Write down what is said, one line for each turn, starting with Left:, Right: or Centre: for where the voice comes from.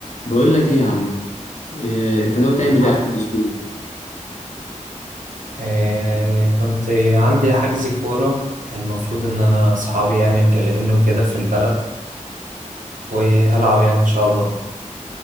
Left: بقول لك ايه يا عم إيه انت ناوي تعمل
Right: الحق
Left: ايه اخر الاسبوع
Right: آه كنت عندي حجز كورة كان المفروض إن أنا أصحابي يعني مكلميني وكده في البلد وهلعب يعني إن شاء الله